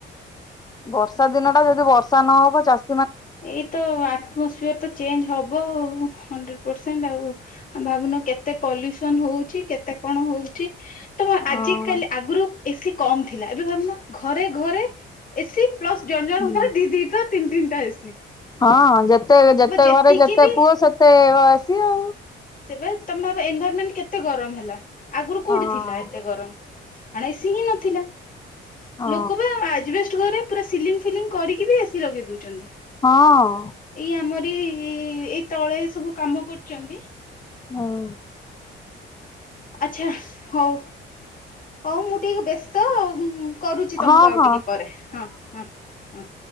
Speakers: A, on the left (about 20°); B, on the left (about 45°).
A: ବର୍ଷା ଦିନଟା ଯଦି ବର୍ଷା ନହବ ଚାଷ
B: ଏଇତ ଆଟମସଫିୟର ତ ଚେଞ୍ଜ ହବ ଆଉ ହଣ୍ଡ ପସେଣ୍ଟ ଆଉ ଭାବୁନ କେତେ ପଲ୍ୟୁସନ୍ ହଉଚି କେତେ କଣ ହଉଚି ତ
A: ଅ
B: ଆଜି କାଲି ଆଗରୁ ଏସି କମ୍ ଥିଲା ଏବେ ଭାବୁନ ଘ ଘରେ ଘରେ ଏସିି ପ୍ଲସ୍ ଜଣ ଜଣଙ୍କର
A: ହୁଁ।
B: ଦି ଦିଟା ତିନି ତିନିଟା ଏସି।
A: ହଁ ଯେତେ ଯେତେ
B: ଯେତିକି
A: ଘରେ ଯେତେ
B: ବି
A: ପୁଅ ସେତେ ବା ଏସି ଆଉ।
B: ସେବେ ତମେ ଭାବ ଏନଭରମେଣ୍ଟ କେତେ ଗରମ ହେଲା? ଆଗରୁ କୋଉଠି
A: ହଁ।
B: ଥିଲା ଏତେ ଗରମ ମାନେ ଏସିି ହିଁ ନଥିଲା।
A: ହଁ
B: ଲୋକବା ଆଜବେଷ୍ଟ ଘରେ ପୁରା ସିଲିଙ୍ଗ ଫିଲିଙ୍ଗ କରିକି ବି ଏସି ଲଗେଇ ଦଉଛନ୍ତି।
A: ହଁ ହଁ।
B: ଏଇ ଆମରି ଏଇ ତଳେ ସବୁ କାମ କରୁଛନ୍ତି।
A: ହଁ।
B: ଆଚଛା ହଉ ହଉ ମୁଁ ଟିକେ ବ୍ୟସ୍ତ ଆଉ କରୁଛି ତମକୁ
A: ହଁ
B: ଆଉ
A: ହଁ
B: ଟିକେ ପରେ ହଁ ହଁ ହଁ।